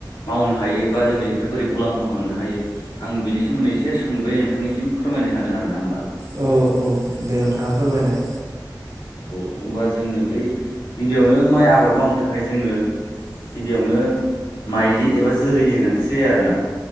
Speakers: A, on the left (about 70°); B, on the right (about 45°).
A: मावनो हायो बा जों बेनिफ्राय बोरै मुलाम्फा मोनो नो हायो आं बिनि सोमोन्दै एसे सुंद'यै नोंथांनिसिम फोरमायनो सानदों आरो ना होमबा
B: औ औ दे नोंथाङा फोरमायनाय
A: औ होमबा जोंनो बै गिबियावनो माइ आबाद मावनो थाखाय जोंनो गिबियावनो माइलि एबा जोलैनि गोनांथि जायो आरो ना।